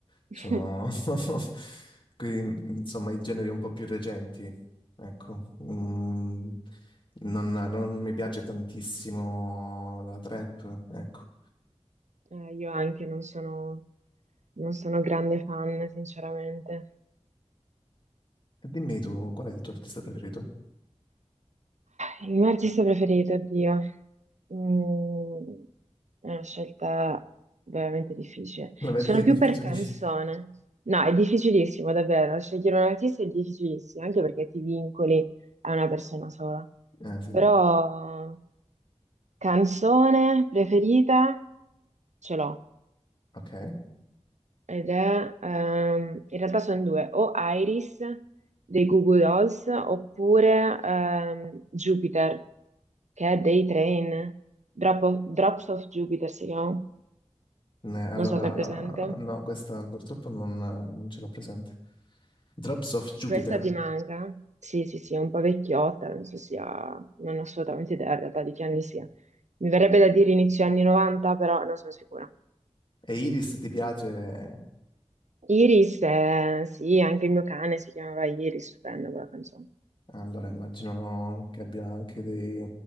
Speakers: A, on the left; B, on the right.
A: sono
B: <laughs>
A: <laughs> quei- insomma, i generi un po' più recenti. Ecco, Mm, non, non mi piace tantissimo la trap, ecco.
B: Eh, io anche non sono, non sono grande fan, sinceramente.
A: E dimmi tu, qual è il tuo artista preferito?
B: Eh, Il mio artista preferito, oddio, Mm, è una scelta veramente difficile.
A: Lo vedi
B: Sono
A: che è
B: più
A: difficile?
B: per canzone.
A: <laughs>
B: No, è difficilissimo, davvero. Scegliere un artista è difficilissimo, anche perché ti vincoli a una persona sola.
A: Ah, sì,
B: Però canzone preferita ce l'ho.
A: ok.
B: Ed è, ehm, in realtà sono due, o Iris dei Goo Goo Dolls oppure ehm, Jupiter. che è dei train, Drop of- Drops of Jupiter si chiama,
A: Ne- Allora,
B: non so se è presente.
A: no, questa purtroppo non, non ce l'ho presente. Drops of Jupiter.
B: Questa ti manca? Sì, sì, sì, è un po' vecchiotta, non so sia, non ho assolutamente idea in realtà di che anni sia. Mi verrebbe da dire inizio anni 90, però non sono sicura.
A: E Iris ti piace?
B: Iris, eh, sì, anche il mio cane si chiamava Iris, stupenda quella canzone.
A: Allora, immagino che abbia anche dei,